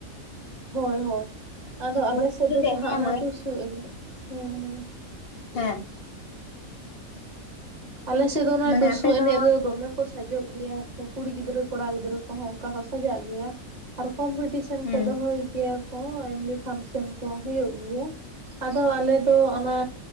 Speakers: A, on the right; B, on the left.
A: ᱦᱳᱭ ᱦᱳᱭ ᱟᱫᱚ ᱟᱞᱮᱥᱮᱫ
B: ᱵᱟᱹᱧ ᱠᱩᱞᱤ
A: ᱫᱚ
B: ᱞᱮᱫ
A: ᱡᱟᱦᱟᱸ
B: ᱢᱮᱭᱟ
A: ᱚᱱᱟ
B: ᱢᱟᱹᱭ
A: ᱴᱩᱥᱩ ᱮᱱᱮᱡ ᱦᱮᱸ ᱦᱮᱸ᱾
B: ᱦᱮᱸ᱾
A: ᱟᱞᱮᱥᱮᱫ ᱫᱚ ᱚᱱᱟ
B: ᱢᱟᱱᱮ
A: ᱴᱩᱥᱩ
B: ᱟᱯᱮ
A: ᱮᱱᱮᱡ
B: ᱫᱚ
A: ᱨᱮᱫᱚ ᱫᱚᱢᱮ ᱠᱚ ᱥᱟᱡᱚᱜ ᱜᱮᱭᱟ, ᱠᱚ ᱠᱩᱲᱤ ᱜᱤᱫᱽᱨᱟᱹ ᱠᱚᱲᱟ ᱜᱤᱫᱽᱨᱟᱹ ᱠᱚᱦᱚᱸ ᱚᱱᱠᱟ ᱦᱚᱸ ᱥᱟᱡᱟᱜ ᱜᱮᱭᱟ, ᱟᱨ ᱠᱚᱢᱯᱤᱴᱤᱥᱮᱱ
B: ᱦᱩᱸ
A: ᱠᱚ ᱫᱚᱦᱚᱭ ᱜᱮᱭᱟ᱾ ᱠᱚ ᱮᱢᱱᱤ ᱯᱷᱟᱱᱥᱮᱱ ᱠᱚ ᱦᱩᱭᱩᱜ ᱜᱮᱭᱟ, ᱟᱫᱚ ᱟᱞᱮ ᱫᱚ ᱚᱱᱟ